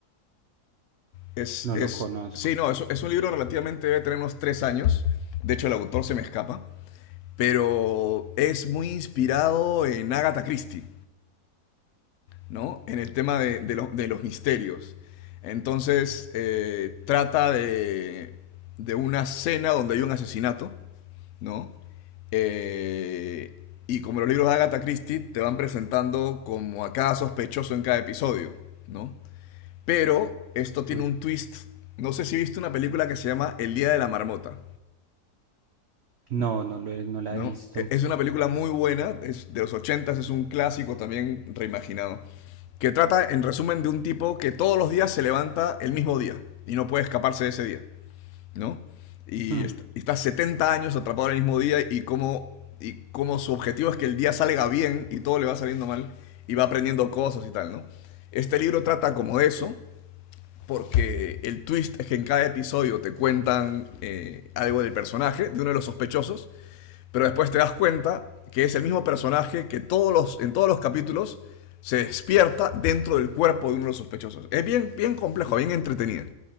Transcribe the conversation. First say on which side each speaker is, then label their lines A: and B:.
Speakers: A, on the left; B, on the right.
A: Es,
B: no
A: es,
B: lo conozco.
A: sí, no, es, es un libro relativamente, debe tener unos tres años. De hecho, el autor se me escapa. Pero es muy inspirado en Agatha Christie, ¿no? En el tema de, de, lo- de los misterios. Entonces, eh, trata de, de una cena donde hay un asesinato ¿no? Eh, y como los libros de Agatha Christie te van presentando como a cada sospechoso en cada episodio, ¿no? Pero esto tiene
B: Mm,
A: un twist. No sé si viste una película que se llama El Día de la Marmota,
B: No, no lo he- no la
A: ¿no?
B: he visto.
A: E-, Es una película muy buena, es de los ochentas es un clásico también reimaginado, que trata en resumen de un tipo que todos los días se levanta el mismo día y no puede escaparse de ese día. ¿no? Y,
B: Mm.
A: est- y está 70 años atrapado en el mismo día y como y cómo su objetivo es que el día salga bien y todo le va saliendo mal y va aprendiendo cosas y tal, ¿no? Este libro trata como de eso, porque el twist es que en cada episodio te cuentan eh, algo del personaje, de uno de los sospechosos, pero después te das cuenta que es el mismo personaje que todos los, en todos los capítulos se despierta dentro del cuerpo de uno de los sospechosos. Es bien, bien complejo, bien entretenido.